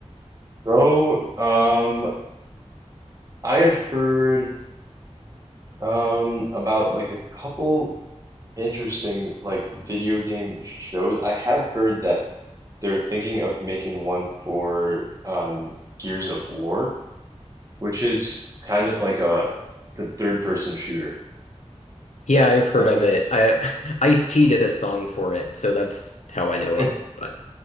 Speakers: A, on the right; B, on the left.
A: So, um, I've heard um about like a couple interesting like video game shows. I have heard that they're thinking of making one for um, Gears of War, which is kind of like a the third person shooter.
B: Yeah, I've heard
A: Eh.
B: of it. I, <laughs> Ice-T did a song for it, so that's how I know
A: <laughs>
B: it. But